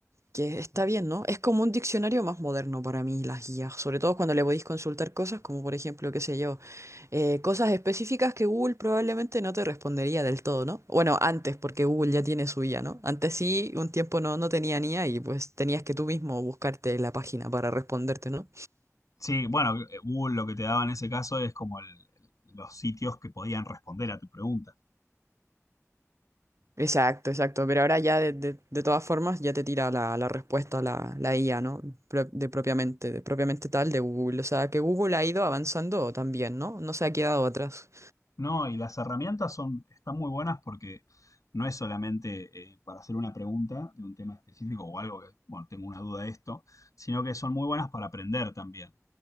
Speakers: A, on the right; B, on the left.
A: que está bien, ¿no? Es como un diccionario más moderno para mí, las guías, sobre todo cuando le podéis consultar cosas como, por ejemplo, qué sé yo. Eh, cosas específicas que Google probablemente no te respondería del todo, ¿no? Bueno, antes, porque Google ya tiene su IA, ¿no? Antes sí, un tiempo no, no tenía ni a y pues tenías que tú mismo buscarte la página para responderte, ¿no?
B: Sí, bueno, eh, Google lo que te daba en ese caso es como el- los sitios que podían responder a tu pregunta.
A: Exacto, exacto. Pero ahora ya de, de- de todas formas ya te tira la, la respuesta la, la IA, ¿no? Pro- de propiamente, de propiamente tal de Google. O sea, que Google ha ido avanzando también, ¿no? No se ha quedado atrás.
B: No, y las herramientas son, están muy buenas porque no es solamente eh, para hacer una pregunta de un tema específico o algo que, bueno, tengo una duda de esto, sino que son muy buenas para aprender también.